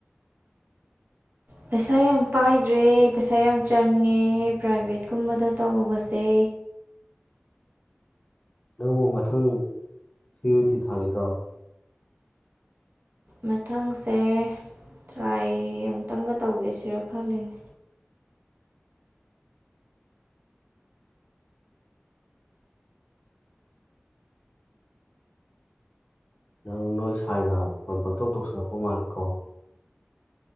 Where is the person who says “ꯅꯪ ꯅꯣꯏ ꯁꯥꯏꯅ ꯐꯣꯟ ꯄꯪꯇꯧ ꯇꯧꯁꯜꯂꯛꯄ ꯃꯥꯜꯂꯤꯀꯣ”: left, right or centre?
Left